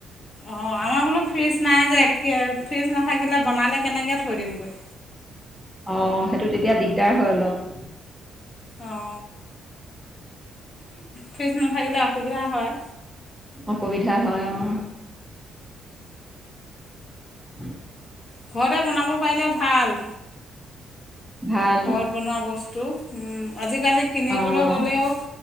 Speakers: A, on the left (about 45°); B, in the centre.
A: অঁ আমাৰ বোলো ফ্ৰিজ নাই যে এতিয়া ফ্ৰিজ নাথাকিলে বনালে কেনেকৈ থৈ দিমগৈ
B: অ সেইটো তেতিয়া দিগদাৰ হয় অলপ
A: অ ফ্ৰিজ নাথাকিলে অসুবিধা হয়
B: অসুবিধা হয় অঁ <unintelligible>
A: ঘৰতে বনাব পাৰিলে ভাল
B: ভাল
A: ঘৰত বনোৱা বস্তু উম আজিকালি কিনিবলৈ
B: অঁ
A: গ'লেও